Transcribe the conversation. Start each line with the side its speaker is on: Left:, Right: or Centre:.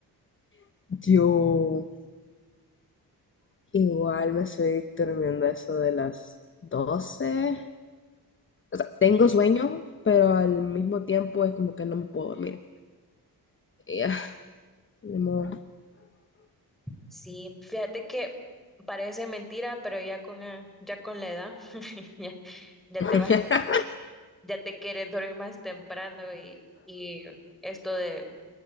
Left: Yo igual me estoy durmiendo a eso de las doce O sea, tengo sueño, pero al mismo tiempo es como que no me puedo dormir. ya ni modo.
Centre: Sí, fíjate que parece mentira, pero ya con, eh, ya con la edad <laughs> ya, ya
Left: <laughs>
Centre: te vas, ya te quieres dormir más temprano y, y esto de